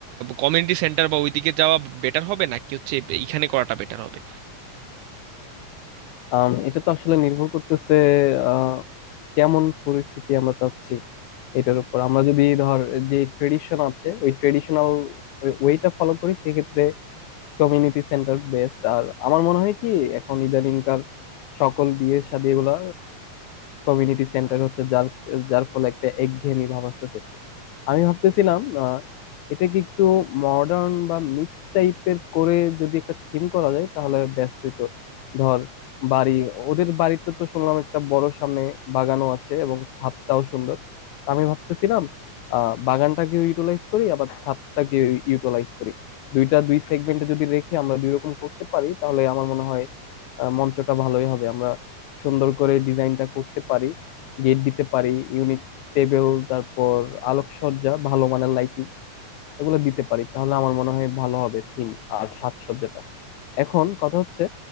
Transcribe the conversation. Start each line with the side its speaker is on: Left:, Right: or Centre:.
Right: কমিউনিটি সেন্টার বা ওইদিকে যাওয়া বেটার হবে নাকি হচ্ছে এইখানে করাটা বেটার হবে
Left: আম, এটা তো আসলে নির্ভর করতেছে আহ কেমন পরিস্থিতি আমরা চাচ্ছি এটার উপর আমরা যদি ধর যে ট্রেডিশন আছে ওই ট্রেডিশনাল ওয়েটা ফলো করি সেক্ষেত্রে কমিউনিটি সেন্টার বেস্ট আর আমার মনে হয় কি এখন ইদানিংকার সকল বিয়ে শাদী এগুলা কমিউনিটি সেন্টার হচ্ছে যার যার ফলে একটা একঘেয়েমি ভাব আসতেছে আমি ভাবতেছিলাম আহ, এটাকে একটু মডার্ন বা মিক্স টাইপের করে যদি একটা থিম করা যায় তাহলে বেস্ট হইতো ধর বাড়ি ওদের বাড়িতে তো শুনলাম একটা বড় সামনে বাগানও আছে এবং ছাদটাও সুন্দর তা আমি ভাবতেছিলাম আহ বাগানটাকে ইউটিলাইজ করি আবার ছাদটাকে ইউটিলাইজ করি দুইটা দুই সেগমেন্টে যদি রেখে আমরা দুই রকম করতে পারি তাহলে আমার মনে হয় আহ, মঞ্চটা ভালোই হবে আমরা সুন্দর করে ডিজাইনটা করতে পারি গেট দিতে পারি ইউনিক টেবিল তারপর আলোকসজ্জা ভালো মানের লাইটিং এগুলো দিতে পারি তাহলে আমার মনে হয় ভালো হবে থিম আর সাজসজ্জাটা এখন কথা হচ্ছে